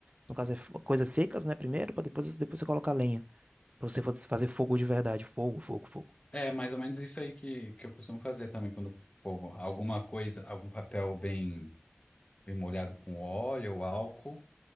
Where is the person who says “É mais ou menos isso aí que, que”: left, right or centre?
Left